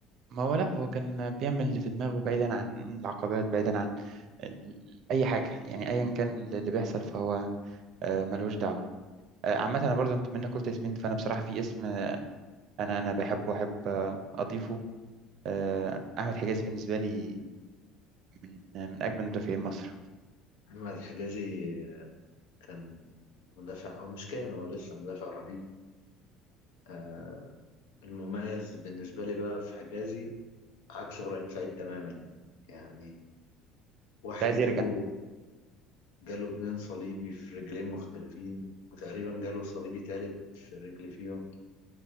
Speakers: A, on the right; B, on the left.
A: ما هو لا هو كان بيعمل اللي في دماغه بعيدا عن العقبات بعيدا عن ال... أي حاجة يعني أيا كان اللي بيحصل فهو آه، ملهوش دعوة آه، عامة أنا برضو أنت منك قلت اسمين فأنا بصراحة في اسم آه، أنا أنا بحبه وأحب آه، أضيفه آه، أحمد حجازي بالنسبة لي من آه، من أجمل مدافعين مصر
B: احمد الحجازي كان مدافع او مش كان هو لسه مدافع رهيب آه، المميز بالنسبه لي بقى في حجازي عكس ابراهيم سعيد تماما يعني واحد
A: مش عايز
B: جاله
A: يرجع
B: جاله اتنين صليبي في رجلين مختلفين وتقريبا جاله صليبي تالت في رجل فيهم